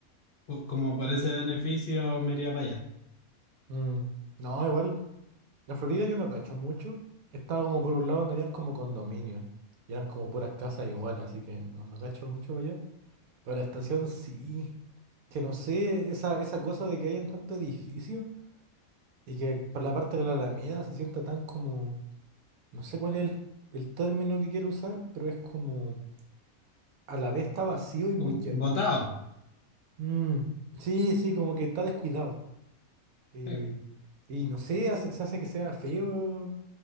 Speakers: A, on the left; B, on the right.
A: po- como por ese beneficio me iría para allá.
B: Mm, No, igual, la Florida yo no cacho mucho. Estaba como por un lado donde habían como condominios. Y eran como puras casas iguales, así que no, no cacho mucho para allá. Pero la estación sí. Que no sé, esa, esa cosa de que hayan tanto edificio y que para la parte de la Alameda se sienta tan como. No sé cuál es el, el término que quiero usar, pero es como. A la vez está vacío y
A: Como-
B: muy lleno.
A: Botado, po.
B: Mm, sí, sí, como que está descuidado. Eh,
A: Sí.
B: y no sé, hace- se hace que sea feo